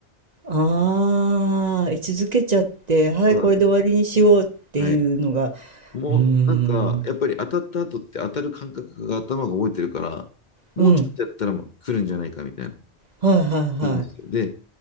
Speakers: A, on the right; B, on the left.
A: ああ、居続けちゃって、はい、
B: そうなんです。
A: これで終わりにしようっていうのが、
B: はい。もうなんか、
A: うーん。
B: やっぱり当たった後って当たる感覚が頭が覚えてるから、もうちょっとやったらもう来るんじゃないかみたいな、
A: うん。はいはいはい。
B: 来るんですよ。で、